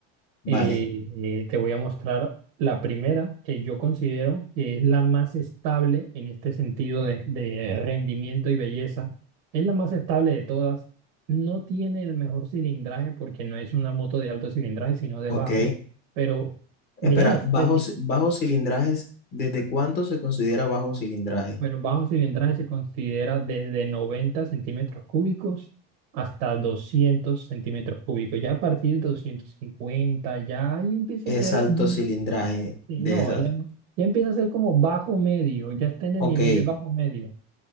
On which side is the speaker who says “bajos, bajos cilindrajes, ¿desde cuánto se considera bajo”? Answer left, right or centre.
Left